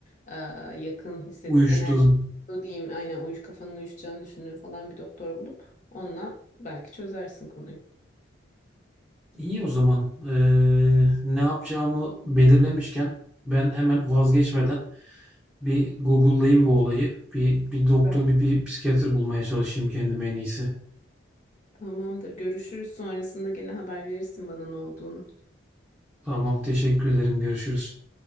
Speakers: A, on the left (about 40°); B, in the centre.
A: e, yakın hissettiğin,
B: uyuştuğun.
A: enerji o diyeyim aynen uyuş kafanın uyuşacağını düşündüğün falan bir doktor bulup onunla belki çözersin konuyu.
B: İyi o zaman. Ee, ne yapacağımı belirlemişken ben hemen vazgeçmeden bir Google'layayım bu olayı. Bir, bir
A: Süper.
B: doktor, bir, bir psikiyatr bulmaya çalışayım kendime en iyisi.
A: Tamamdır. Görüşürüz sonrasında gene haber verirsin bana ne olduğunu.
B: Tamam, teşekkür ederim. Görüşürüz.